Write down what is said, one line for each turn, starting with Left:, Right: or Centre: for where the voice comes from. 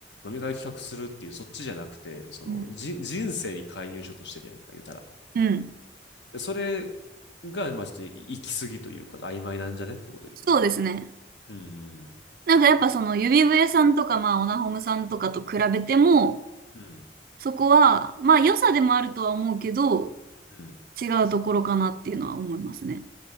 Left: 飲み会企画するっていう、そっちじゃなくて、その、
Right: うん。
Left: じ、人生に介入しようとしてるやんか、言うたら。
Right: うん
Left: でそれが、まあ、ちょっと行き過ぎというか、曖昧なんじゃねってこと言ってる。
Right: そうですね。
Left: うん。
Right: なんかやっぱその指笛さんとか、まあオナホムさんとかと比べても、
Left: うん。
Right: そこは、まあ良さでもあるとは思うけど、
Left: うん。
Right: 違うところかなっていうのは思いますね。